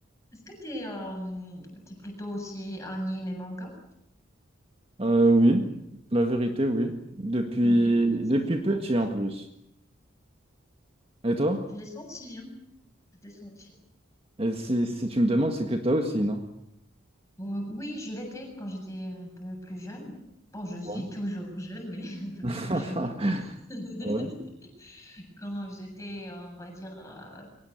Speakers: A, on the left; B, on the right.
A: Est-ce que t'es euh, t'es plutôt aussi anime et manga?
B: Euh, oui, la vérité, oui. Depuis,
A: Oui, oui, ça
B: depuis
A: se voit.
B: petit en plus. Et toi?
A: Je l'ai senti, hein. Je l'ai senti.
B: Et si, si tu me demandes, c'est que toi aussi, non?
A: Bon, oui, je l'étais quand j'étais un peu plus jeune. Bon, je suis
B: Ouais.
A: toujours jeune, mais <laughs> un peu
B: <laughs>
A: plus jeune que <laughs>
B: Ouais.
A: quand j'étais, on va dire, euh,